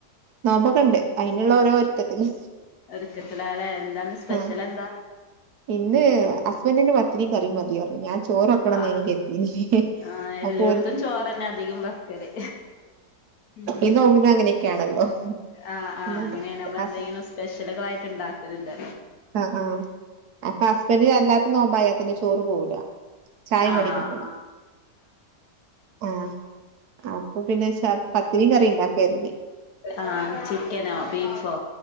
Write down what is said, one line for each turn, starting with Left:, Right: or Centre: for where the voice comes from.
Right: നോമ്പൊക്കണ്ട് അയിനുള്ള ഓരോ ഒരുക്കത്തിന്
Left: ഒരുക്കത്തിലാല്ലേ എന്താന്ന് സ്പെഷ്യൽ
Right: ഹ്
Left: എന്താ
Right: ഇന്ന് ഹസ്ബന്റിൻ പത്തിരി കറിയും മതിയായിരുന്നു ഞാൻ ചോറൊക്കണംന്ന്
Left: ആഹ്
Right: കരുതീന്നു
Left: ആഹ് എല്ലോടത്തും
Right: അപ്പം ഓൾക്ക്
Left: ചോറന്നെ അധികം വെക്കല് ഉം
Right: ഇന്ന് നോമ്പിന അങ്ങനെയൊക്കെയാണല്ലോ
Left: ആഹ് ആഹ്
Right: പിന്നെ
Left: അങ്ങനെയാണ് നമ്മൾ
Right: ഹസ്
Left: എന്തെങ്കിലും സ്പെഷ്യലുകൾയിട്ട് ഇണ്ടാക്കൽണ്ട്
Right: ആ ആ അപ്പൊ ഹസ്ബൻ്റിൻ അല്ലാത്ത നോമ്പയ ചോറ് പോല ചായ
Left: ആഹ്
Right: കടിക്കിട്ടു. ആഹ് അപ്പൊ പിന്നെ പത്തിരിം കറിം ഉണ്ടാക്കാണ്
Left: ആഹ് ചിക്കനോ ബീഫോ